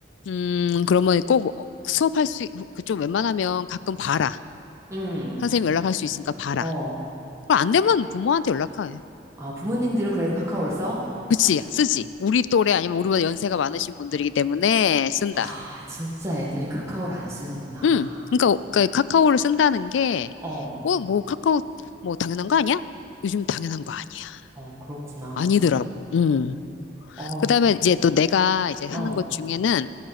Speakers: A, on the left; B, on the right.
A: 음, 그러면 꼭 수업할 수, 그 좀 웬만하면 가끔 봐라.
B: 응,
A: 선생님 연락할 수 있으니까 봐라.
B: 어.
A: 그럼 안 되면 부모한테 연락해.
B: 아, 부모님들은 그래도 카카오를 써?
A: 그치, 쓰지. 우리 또래 아니면 우리보다 연세가 많으신 분들이기 때문에 쓴다.
B: 와, 진짜 애들이 카카오를 안 쓰는구나.
A: 응. 그러니까, 그러니까 카카오를 쓴다는 게,
B: 어.
A: 어, 뭐 카카오, 뭐 당연한 거 아니야? 요즘 당연한 거 아니야.
B: 어, 그렇구나.
A: 아니더라고. 응.
B: 음, 어,
A: 그다음에 이제 또 내가 이제
B: 어,
A: 하는 것 중에는